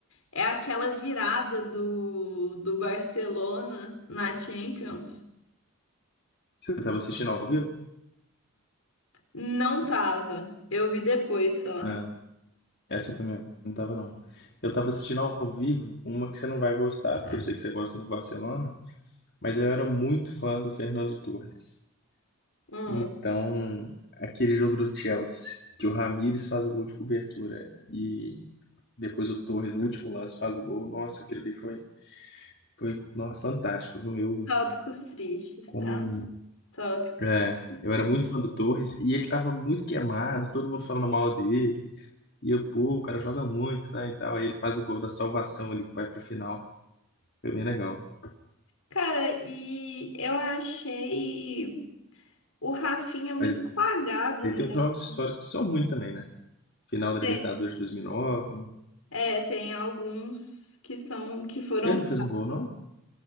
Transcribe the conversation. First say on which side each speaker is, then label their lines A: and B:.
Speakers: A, on the left; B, on the left.
A: é aquela virada do, do Barcelona na Champions.
B: Você tava assistindo ao vivo?
A: Não tava. Eu vi depois só.
B: Ah. Essa também não tava, não. Eu tava assistindo ao vivo uma que você não vai gostar, porque eu sei que você gosta do Barcelona, mas eu era muito fã do Fernando Torres.
A: Hum,
B: Então, aquele jogo do Chelsea, que o Ramires faz o gol de cobertura e depois o Torres, no último lance, faz o gol. Nossa, aquilo ali foi, foi não, fantástico, viu? Eu,
A: tópicos tristes,
B: como.
A: tá?
B: um,
A: Tópicos
B: É,
A: muito
B: eu
A: tristes.
B: era muito fã do Torres e ele tava muito queimado, todo mundo falando mal dele. E eu, pô, o cara joga muito, né, e tal. Aí ele faz o gol da salvação ali que vai pra final. Foi bem legal.
A: Cara, e eu achei o Rafinha muito
B: Mas
A: apagado
B: aí
A: nessa.
B: tem os jogos históricos que são ruins também, né? Final da
A: Tem,
B: Libertadores de 2009.
A: é, tem alguns que são que foram
B: Ele não
A: fracos.
B: fez um gol, não?